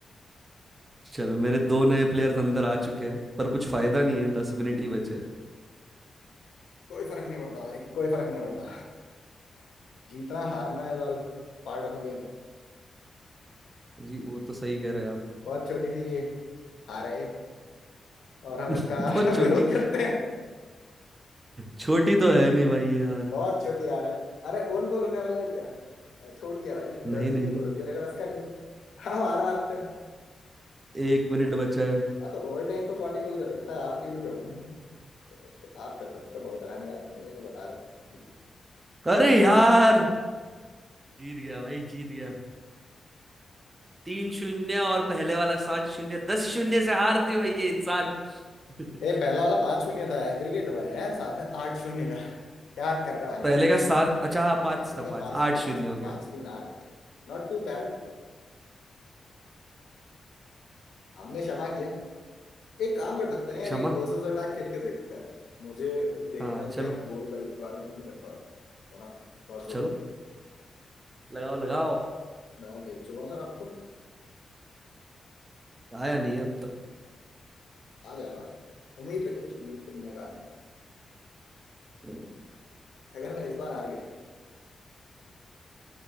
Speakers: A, on the right (about 20°); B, on the left (about 80°).
A: चलो मेरे दो नए प्लेयर्स अंदर आ चुके हैं पर कुछ फायदा नहीं है दस मिनट ही बचे हैं
B: कोई फर्क नहीं पड़ता भाई कोई फर्क नहीं पड़ता जीतना हारना is all part of a game
A: जी वो तो सही कह रहे हैं आप
B: बहुत छोटी सी ये हार है ये, और हम
A: <laughs>
B: इसका
A: बहुत
B: <laughs>
A: छोटी
B: विरोध करते हैं
A: छोटी तो है
B: <laughs>
A: नहीं भाई यार
B: बहुत छोटी हार है अरे ओन गोल होने वाला है क्या मैं छोड़ दिया भाई मैंने
A: नहीं
B: जॉयस्टिक
A: नहीं
B: ही छोड़ दिया मेरे बस का नहीं है हम हार मानते हैं
A: एक मिनट बचा है
B: हाँ तो ओवरटाइम तो कौन ही गोल कर सकता है आप फील्ड पे हो तो आप कर सकते हो बहुत आरामी आदमी है ये मैं बता रहा हूँ
A: अरे यार जीत गया भाई जीत गया तीन शून्य और पहले वाला सात शून्य दस शून्य से हारते हो ये इंसान <laughs>
B: ये पहला वाला पांच शून्य था एग्रीगेट हुआ है यार साथ है आठ शून्य का क्या बात कर रहा है भाई
A: पहले
B: साहब
A: का सात अच्छा हाँ पांच
B: पहले
A: था
B: का
A: पांच
B: पांच
A: आठ
B: था
A: शून्य
B: पांच
A: हो गया
B: पांच तीन आठ Not too bad हमने क्षमा किया एक काम कर सकते
A: <laughs>
B: हैं
A: क्षमा
B: यार एक वर्सेस अटैक खेल के देखते हैं मुझे देखना
A: हाँ
B: है
A: चलो
B: कि यार मैं गोल कर भी पा रहा हूँ कि नहीं कर पा रहा हूँ है ना बहुत जरूरी
A: चलो
B: है
A: लगाओ लगाओ
B: मैं भेज चुका हूँ सर आपको
A: आया नहीं है अब तक
B: आ जाएगा उम्मीद रखिए उम्मीद तो दुनिया का आनी।
A: हम्म,
B: अगर मैं इस बार हार गया